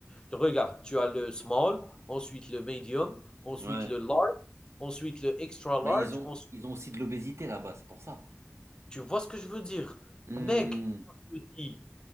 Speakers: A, on the left; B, on the right.
A: Tu regardes, tu as le small, ensuite le medium, ensuite
B: Ouais.
A: le large, ensuite le extra large,
B: Mais ils ont,
A: ensuite
B: ils ont aussi de l'obésité là-bas, c'est pour ça.
A: Tu vois ce que je veux dire?
B: Hmm.
A: Mec, quand je te dis,